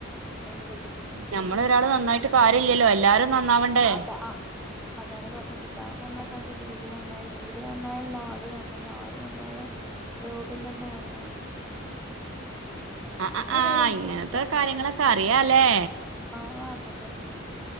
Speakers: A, in the centre; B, on the right (about 75°).
A: എന്ന് കേട്ടിട്ടില്ലേ
B: നമ്മള് ഒരാള് നന്നായിട്ട് കാര്യയില്ലല്ലോ എല്ലാരും നന്നാവണ്ടേ
A: അത ആ അതാണ് പറഞ്ഞത് താൻ നന്നായാൽ തന്റെ വീട് നന്നായി വീട് നന്നായാൽ നാട് നന്നായി നാട് നന്നായാൽ ലോകം തന്നെ നന്നായി.
B: ആഹ്
A: നമ്മള് ഒരാളെ
B: ആഹ്
A: വിചാരിക്കുക
B: ഇങ്ങനത്തെ കാര്യങ്ങളൊക്കെ അറിയാല്ലേ
A: ആ അതൊക്കെ അറിയാം